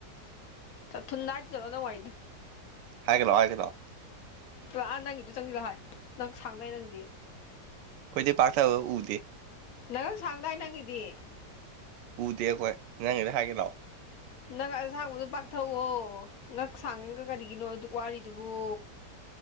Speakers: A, on the left (about 60°); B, on the right (about 85°).
A: ꯇꯊꯅ ꯅꯗꯥꯠ ꯆꯂ ꯅ ꯋꯥꯏꯗ
B: ꯍꯥꯏꯒꯂꯣ ꯍꯥꯏꯒꯂꯣ
A: ꯂꯂꯥ ꯅꯪꯒꯤꯗꯨ ꯆꯪꯁꯤꯗꯣ ꯍꯥꯏ ꯅꯪ ꯁꯥꯡꯅꯏ ꯅꯪꯗꯤ
B: ꯑꯩꯈꯣꯏꯗꯤ ꯄꯥꯛꯊꯕ ꯎꯗꯦ
A: ꯅꯔꯪ ꯁꯥꯡꯗꯥꯏ ꯅꯪꯒꯤꯗꯤ
B: ꯎꯗꯦ ꯑꯩꯈꯣꯏ ꯅꯪꯉꯗ ꯍꯥꯏꯒꯦ ꯂꯥꯛꯑꯣ
A: ꯅꯪ ꯑꯁꯥꯡꯕꯗꯣ ꯄꯥꯛꯊꯛꯑꯣ ꯉꯪ ꯁꯥꯡꯉꯒ ꯀꯔꯤꯒꯤꯅꯣ ꯑꯗꯨ ꯋꯥꯔꯤꯗꯨꯕꯨꯣ